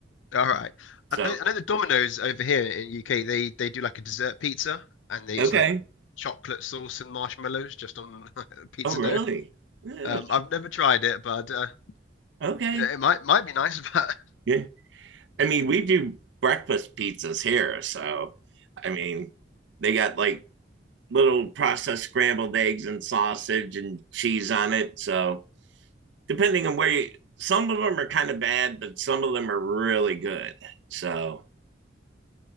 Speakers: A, on the left; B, on the right.
A: All right.
B: So
A: I know, I know the Domino's over here in UK, they they do like a dessert pizza and they
B: okay,
A: it's like chocolate sauce and marshmallows just on <laughs> pizza
B: oh really?
A: dough.
B: Yeah,
A: Um, I've never tried it, but uh,
B: okay.
A: it might might be nice, <laughs> but
B: Yeah. I mean, we do breakfast pizzas here. So, I mean, they got like little processed scrambled eggs and sausage and cheese on it. So, depending on where you, some of them are kind of bad, but some of them are really good. So,